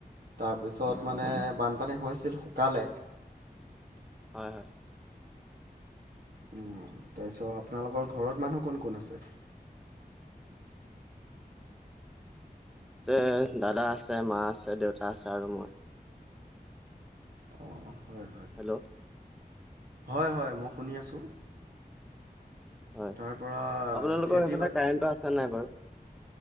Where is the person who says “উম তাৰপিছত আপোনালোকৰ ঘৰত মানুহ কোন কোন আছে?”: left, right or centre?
Right